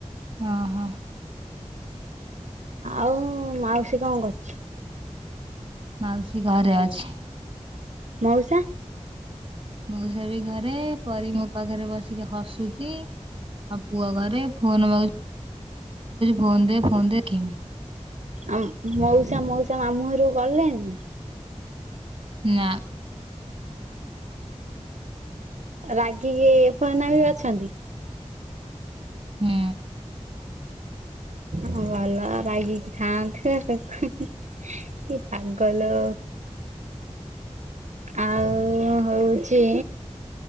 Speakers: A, on the right; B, on the right.
A: ହଁ ହଁ
B: ଆଉ ମାଉସୀ କଣ କରୁଥିଲେ।
A: ମାଉସୀ ଘରେ ଅଛି।
B: ମଉସା
A: ମଉସା ବି ଘରେ, ପରୀ ମୋ ପାଖରେ ବସିକି ହସୁଛି। ଆଉ ପୁଅ ଘରେ ଫୋନ ମାଗୁ, ଫୋନ ଦେ ଫୋନ ଦେ ଖେ
B: ଆଉ ମଉସା ମଉସା ମାମୁଁ ଘରୁ ଗଲେଣିି।
A: ନା
B: ରାଗିକି ଏ ଫନା ବି ଅଛନ୍ତି।
A: ହୁଁ
B: ହଁ ଭଲ ରାଗିକି ଥାଆନ୍ତୁ। କି ପାଗ ଲୋ। ଆଉ ହଉଛି।